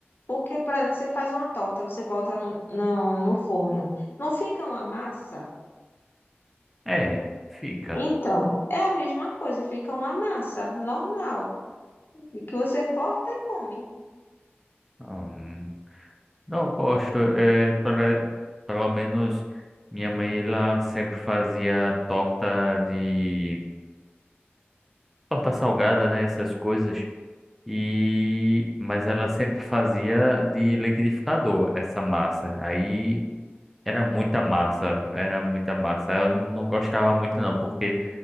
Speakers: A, on the left; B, in the centre.
A: Porque, por exemplo, você faz uma torta, você bota no, no, no forno, não fica uma massa?
B: É, fica.
A: Então, é a mesma coisa, fica uma massa normal, de que você corta e come.
B: Hum, não gosto. É, pela- pelo menos minha mãe ela sempre fazia torta de. Torta salgada, né? Essas coisas. E mas ela sempre fazia de liquidificador essa massa. Aí era muita massa, era muita massa. Eu não gostava muito não, porque